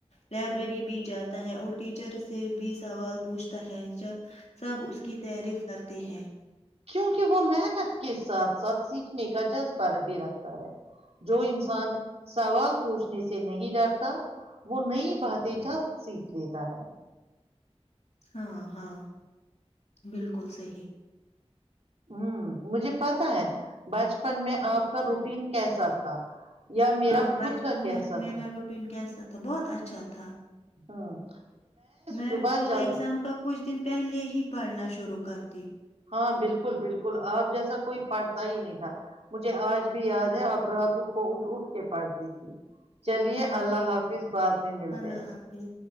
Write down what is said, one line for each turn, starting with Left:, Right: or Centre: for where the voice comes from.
Left: لائبریری بھی جاتا ہے اور ٹیچر سے بھی سوال پوچھتا ہے جب سب اس کی تعریف کرتے ہیں
Right: کیونکہ وہ محنت کے ساتھ ساتھ سیکھنے کا جذبہ بھی رکھتا ہے جو انسان سوال پوچھنے سے نہیں ڈرتا وہ نئی باتیں جلد سیکھ لیتا ہے
Left: ہاں ہاں بالکل صی
Right: ہ مجھے پتا ہے بچپن میں آپ کا روٹین کیسا تھا یا میرا
Left: ہاں بچپن
Right: خود کا کیسا
Left: میں میرا
Right: تھا
Left: روٹین کیسا تھا بہت اچھا تھا
Right: ہوں
Left: میں
Right: صبح
Left: تو
Right: جلد
Left: ایگزام کا کچھ دن پہلے ہی پڑھنا شرو کر
Right: ہاں بالکل بالکل آپ جیسا کوئی پڑھتا ہی نہیں تھا مجھے آج بھی یاد ہے آپ راتوں کو اٹ اٹھ کے پڑھتی تھی <unintelligible> چلیے
Left: ہاں
Right: اللہ حافظ بعد میں ملتے
Left: اللہ
Right: ہیں
Left: حافظ